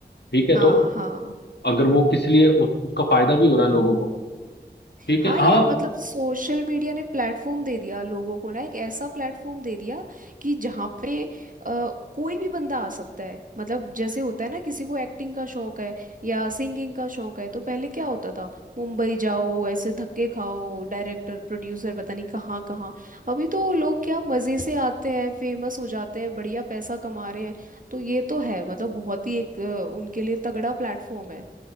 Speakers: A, on the left; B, on the right.
A: ठीक है
B: हाँ
A: तो
B: हाँ
A: अगर वो किस लिए उस, उसका फायदा भी हो रहा है लोगों को ठीक
B: हाँ
A: है हाँ
B: यार मतलब सोशल मीडिया ने प्लेटफॉर्म दे दिया लोगों को ना एक ऐसा प्लेटफॉर्म दे दिया कि जहाँ पे अ, कोई भी बंदा आ सकता है मतलब जैसे होता है ना किसी को एक्टिंग का शौक है या सिंगिंग का शौक है तो पहले क्या होता था मुंबई जाओ ऐसे धक्के खाओ डायरेक्टर प्रोड्यूसर पता नहीं कहाँ कहाँ अभी तो लोग क्या मज़े से आते हैं फेमस हो जाते हैं बढ़िया पैसा कमा रहे हैं तो ये तो है मतलब बहुत ही एक अ, उनके लिए तगड़ा प्लेटफॉर्म है